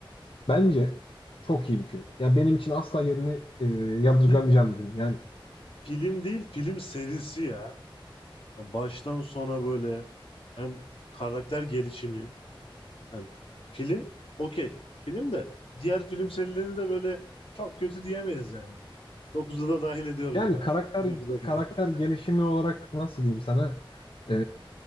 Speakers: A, on the left; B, on the left.
A: Bence çok iyi bir film. Ya benim için asla yerini e, yadırgamayacağım
B: Bir
A: bir film. Yani
B: film değil, film serisi ya. Ya Baştan sona böyle hem karakter gelişimi Yani film okey. Film de diğer film serilerini de böyle çok kötü diyemeyiz yani. 9'u da dahil ediyorum
A: yani
B: buna.
A: karakter
B: 9'a kadar.
A: karakter gelişimi olarak nasıl diyeyim sana? E,